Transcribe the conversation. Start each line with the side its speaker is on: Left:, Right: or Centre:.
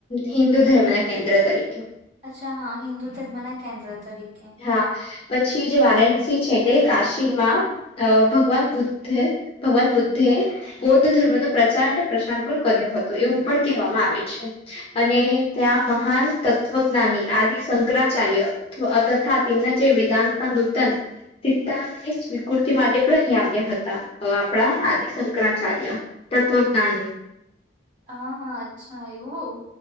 Left: હિન્દુ ધર્મ કેન્દ્ર તરીકે
Right: અચ્છા હા હિન્દુ ધર્મ ના કેન્દ્ર તરીકે
Left: હા, પછી જે વારાણસી છે તે કાશી એમાં ભગવાન બુદ્ધે, ભગવાન બુદ્ધે બૌદ્ધ ધર્મનો પ્રચાર અને પ્રસાર પણ કર્યો હતો એવું પણ કહેવામાં આવે છે અને ત્યાં મહાન તત્વજ્ઞાની આદિ શંકરાચાર્ય હા, તેમના જે વેદાંતના નૂતન સિદ્ધાંતની સ્વીકૃતિ માટે પણ અહીં આવ્યા હતા. આપણા આદિશંકરાચાર્ય તત્વજ્ઞાની
Right: હા, હા અચ્છા આયવું.